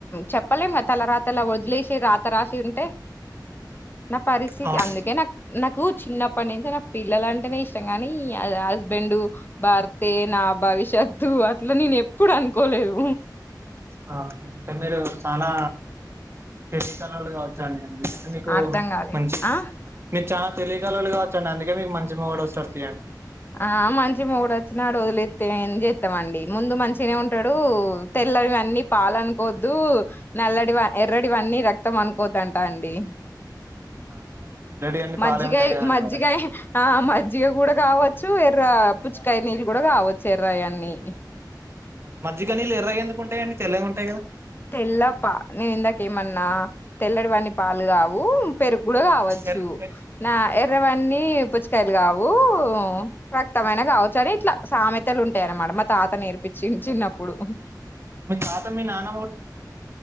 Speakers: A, on the left; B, on the right.
A: చెప్పలేం కదా తల రాతలా వదిలేసె రాత రాసి ఉంటే నా పరిస్థితి
B: అవునండి
A: అందుకే నాకు నాకు చిన్నప్పు అప్పటి నుంచే నా పిల్లల అంటేనే ఇష్టం కాని హస్బెండ్ భర్తే నా భవిష్యత్తు అట్లా నేను ఎప్ప ప్పుడు అనుకోలేదు
B: ఆ అంటే మీరు చాలా తెలివిగలవోళ్ళు కావచ్చాండి వి
A: అర్ధం కాలే
B: మంచి
A: ఆ
B: మ చ <unintelligible> తెలివిగలవాళ్ళు కావచ్చండి అందుకే మీకు మంచి మొగుడు వస్తాడు తీయండి
A: ఆ మంచి మొగుడు వచ్చినాడు వదిలేసి తే ఏం చేస్తాం మండి ముందు మంచిగానే ఉంటాడు తెల్లనివన్నీ పాలు అనుకోవద్దు నల్లటి ఎర్రటివన్నీ రక్తం అనుకోవద్ అంటా అండి
B: ఆహా తెల్లటివి అన్ని
A: మజ్జిగాయ
B: పాలే ఉంటాయి కదండి
A: మజ్జగాయ
B: మరి
A: ఆ మజ్ జిగ కూడా కావచ్చు ఎర్ర పుచ్చుకాయ నీళ్ళు కూడా కావచ్చు ఎర్ర్రయి అన్ని
B: మజ్జిగ నీళ్ళు ఎర్రగా ఎందుకుంటాయి అండి తెల్లగా ఉంటాయి కదా
A: తెల్లపా నేను ఇందాక ఏమన్నా తెల్లటి వాన్ని పాలు కావు పెరుగు కూడా కావచ్చు
B: ఎర్ ఎ
A: నా ఎర్రవన్నీపుచ్చ
B: ఆహా
A: లు కావు రక్తమైన కావచ్చు అని ఇట్లా సామెతలు ఉంటాయి అన్నమాట మా తాత నేర్పించిండు చిన్నప్పుడు
B: మీ తాత మీ నాన్నా